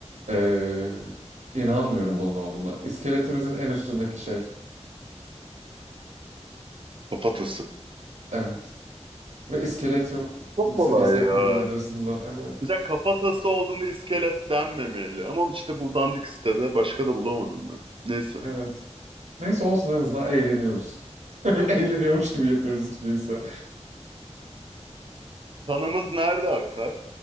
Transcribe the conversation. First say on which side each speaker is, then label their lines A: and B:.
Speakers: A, on the right; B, on the right.
A: Ee, inanmıyorum bunun olduğuna. İskeletimizin en üstündeki şey.
B: Kafatası.
A: Evet. Ve iskelet yok
B: Çok kolay
A: s- yasak
B: ya.
A: kelimelerin arasında. Evet.
B: Bir de kafatası olduğunda iskelet denmemeli. Ama işte bu dandik sitede başka da bulamadım ben. Neyse.
A: Evet. Neyse olsun en azından eğleniyoruz. <laughs> Eğleniyormuş gibi yapıyoruz hiç değilse.
B: Kanımız nerede akar?